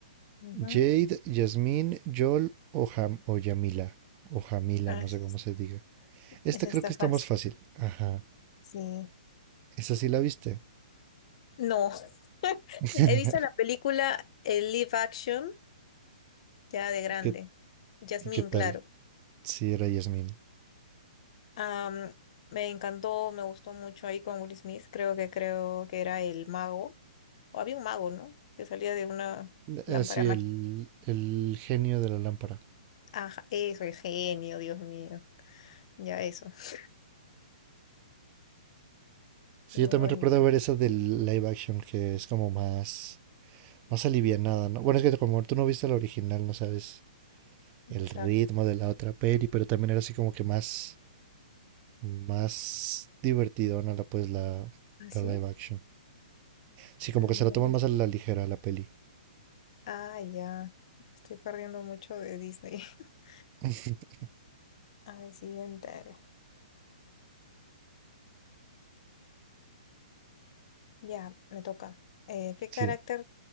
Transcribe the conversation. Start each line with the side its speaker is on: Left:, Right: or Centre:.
Left: Ujú.
Right: Jade, Jasmine, Yol o, Ham o Yamila. O Jamila,
Left: Ah,
Right: no
Left: es,
Right: sé cómo se diga. Esta
Left: es esta
Right: creo que
Left: fácil.
Right: está más fácil. Ajá.
Left: Sí.
Right: ¿Esa sí la viste?
Left: No, <laughs>
Right: <laughs>
Left: he visto la película el live action ya de grande.
Right: ¿Y qué,
Left: Jasmine,
Right: y qué tal?
Left: claro.
Right: Sí, era Jasmine.
Left: Am, me encantó, me gustó mucho ahí con Will Smith. Creo que creo que era el mago. O había un mago, ¿no? Que salía de una lámpara
Right: Así el, el genio de la lámpara.
Left: Ajá, eso, el genio, Dios mío. Ya eso. Sí,
Right: Sí,
Left: muy
Right: yo también
Left: bonita.
Right: recuerdo ver esa del live action que es como más, más alivianada, ¿no? Bueno, es que como tú no viste la original, no sabes
Left: Exacto.
Right: el ritmo de la otra peli, pero también era así como que más más divertidona la pues la,
Left: ¿Así?
Right: la live action. Sí, como
Left: Ah,
Right: que
Left: mira,
Right: se la toman
Left: me-
Right: más a la ligera la peli.
Left: ah, ya. Estoy perdiendo mucho de Disney. <laughs>
Right: <laughs>
Left: A ver, siguiente. Ya, me toca. Eh, ¿qué
Right: Sí,
Left: carácter,